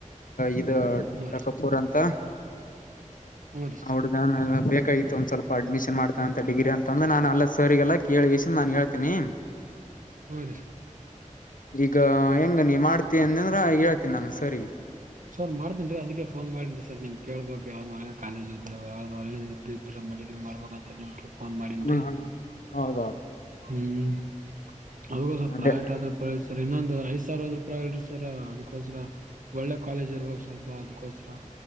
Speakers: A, on the left; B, on the right.
A: ಇ ಇ
B: ಹ್ಞೂ
A: ಟಕಪೂರ್
B: ರೀ ಸರ್
A: ಅಂತ
B: ಹ್ಞೂ ರೀ ಸರ್
A: ಅವಡದ ಬೇಕಾಗಿತ್ತು ಒಂದ್ ಸ್ವಲ್ಪ ಅಡ್ಮಿಷನ್ ಮಾಡ್ತಾ ಅಂತ ಡಿಗ್ರಿ ಅಂತಂದ್ರ ನಾನ ಅಲ್ಲ ಸರಿಗೆಲ್ಲಾ ಕೇಳಗ ನಾನು ಹೇಳ್ತೀನಿ
B: ಹರಿ ಸ
A: ಈಗ ಹೆಂಗ ನೀ ಮಾಡ್ತೀ ಅಂತ ಅಂದ್ರ ಹೇಳ್ತೀನಿ ನಾನು ಸರಿ
B: ಸರ್ ಮಾಡ್ತೇನ್ೀ ಅದಕ್ಕೆ ಫೋನ್ ಮಾಡೇನ್ರಿ ಸರ್ ನಿಮ್ ಕೇಳ್ಬೇಕಕ್ ಯಾವ್ದ್ ಒಳ್ಳೆ ಕಾಲೇಜ್ ಇದ್ರು ಯಾವ್ದ್ ಒಳ್ಳೆ ಇದ ಇದ್ರರು ಮಡಗ್ರಿ ಮಾಡ್ಬೇಕಂತ ನಿಮು ಫೋನ್ ಮಾಡಾರಂತೆ
A: ಹ್ಮ್ ಹ್ಮ್ ಹೌದೌದು
B: ಹ್ಮ್ ಹ ಅದು
A: ಅದೇ
B: ಪ್ರವೇಟ್ ಆದ್ರ ಪರ್ ಇನ್ನೊಂದ್ ಐದ ಸಾವಿರ ಹದ್ ರೂಪಾಯಿ ಹೇಳರಿಿ ಸರ್ ಅದಕೋಸ್್ರರ ಒಳ್ಳೆ ಕಾಲೇಜ್ ಇರ್ಬ ಸ್ವಲ್ಪ ಅದ್ಕೋಸ್ರ